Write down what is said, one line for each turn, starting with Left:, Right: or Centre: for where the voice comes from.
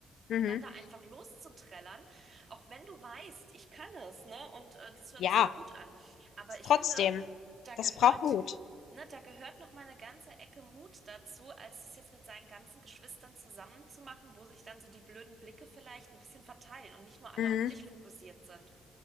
Left: Mhm.
Right: und dann da einfach loszuträllern, auch wenn du weißt, ich kann es, ne? Und äh, das hört
Left: Ja.
Right: sich gut an. Aber
Left: Ist
Right: ich
Left: trotzdem.
Right: finde, da
Left: Das
Right: gehört,
Left: braucht Mut.
Right: ne, da gehört noch mal eine ganze Ecke Mut dazu, als das jetzt mit seinen ganzen Geschwistern zusammenzumachen, wo sich dann so die blöden Blicke vielleicht ein bisschen verteilen und nicht nur alle
Left: Mhm.
Right: auf dich fokussiert sind.